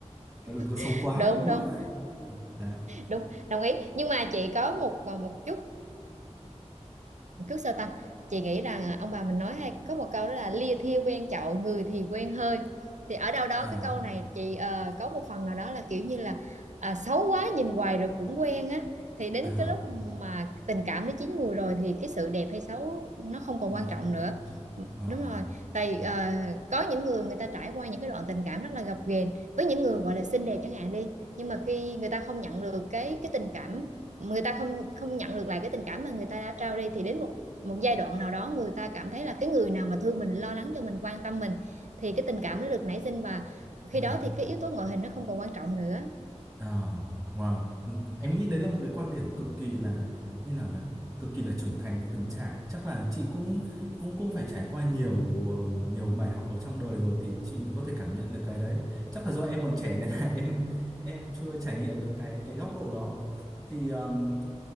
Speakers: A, in the centre; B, on the right (about 85°).
A: kiểu đừng có xấu
B: <laughs>
A: quá
B: đúng
A: đúng
B: đúng
A: không Ừ, dạ
B: đúng đồng ý nhưng mà chị có một một chút chút sao ta chị nghĩ rằng à, ông bà mình nói hay có một câu đó là lia thiêu quen chậu người thì quen hơi thì ở đâu đó
A: à,
B: cái câu này chị ờ, có một phần nào đó là kiểu như là à, xấu quá nhìn hoài rồi cũng quen á thì đến
A: à,
B: cái lúc mà tình cảm nó chín mùi rồi thì cái sự đẹp hay xấu nó không còn
A: nó
B: quan
A: không
B: trọng nữa
A: quan trọng
B: Ừ,
A: Ờ,
B: đúng rồi tại
A: dạ
B: ờ, có những người người ta trải qua những cái đoạn tình cảm rất là gập ghềnh với những người gọi là xinh đẹp chẳng hạn đi nhưng mà khi người ta không nhận được cái cái tình cảm người ta không không nhận được lại cái tình cảm mà người ta đã trao đi thì đến một một giai đoạn nào đó người ta cảm thấy là cái người nào mà thương mình lo lắng cho mình quan tâm mình thì cái tình cảm nó được nảy sinh và khi
A: em
B: đó
A: hiểu
B: thì cái yếu tố ngoại hình nó không còn quan trọng nữa
A: Ờ, wow. Ừ, Em nghĩ đấy là một cái quan điểm cực kỳ là như nào nhỉ? Cực kỳ là trưởng thành và từng trải. Chắc là chị cũng cũng cũng phải trải qua nhiều um, nhiều bài học ở trong đời rồi thì chị mới có thể cảm nhận được cái đấy. Chắc là do em còn trẻ nên là <laughs> em em chưa trải nghiệm được cái cái góc độ đó. Thì um,